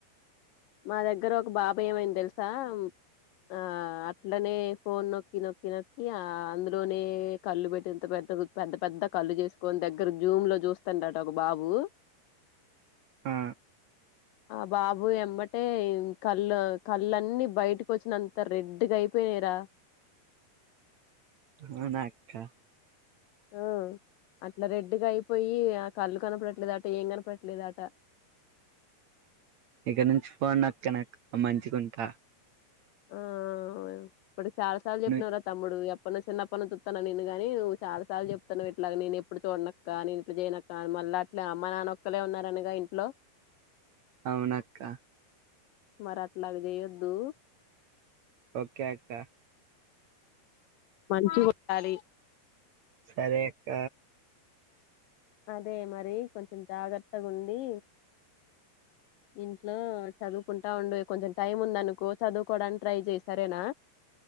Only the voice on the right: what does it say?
ఆ
అవునాక్క
ఇక్కడ నుంచి ఫన్ నొక్కనక్క మంచి ఉంటా అ
ను
అవునక్క
ఓకే అక్క
సరే అక్క